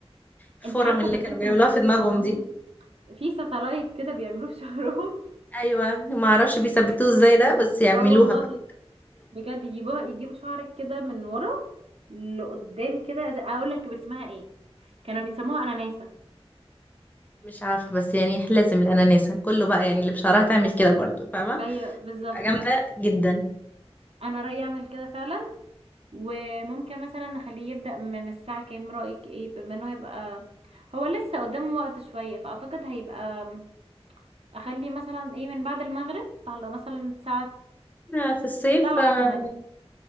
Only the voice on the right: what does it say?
انت عارفه
زمان
كانوا بيعملوا
شعرهم
في ساتلايت كده بيعملوه في <laughs> شعرهم
اه والله
بجد يجيبوها يجيبوا شعرك كده من ورا لقدام كده زي- اقول لك اسمها ايه كانوا بيسموها اناناسه
ايوه بالظبط
انا رايي اعمل كده فعلا وممكن مثلا نخليه يبدا من الساعه كام رايك ايه بما انه هيبقى هو لسه قدامه وقت شويه فاعتقد هيبقى اخلي مثلا ايه من بعد المغرب على مثلا الساعة
سبعة
تمانية